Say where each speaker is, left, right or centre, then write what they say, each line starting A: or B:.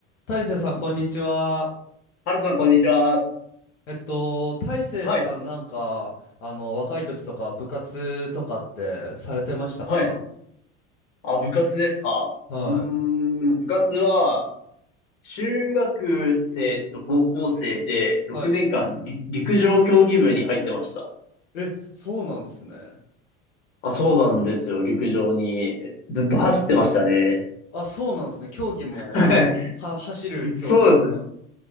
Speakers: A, on the left; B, on the left.
A: 大成さん、こんにちは。
B: ハルトさん、こんにちは。
A: えっと、大成さん、
B: はい、
A: なんか、あの、若い時とか、部活とかってされてましたか
B: はい。あ、部活ですか。
A: はい。
B: うーん、部活は、中学生と高校生で6年間り陸上競技部に入ってました。
A: はい。え、そうなんすね。
B: あ、そうなんですよ。陸上に。ずっと走ってましたね。
A: あ、そうなんすね。競技も、
B: <laughs> はい
A: は、走る競技ですか
B: そうですね。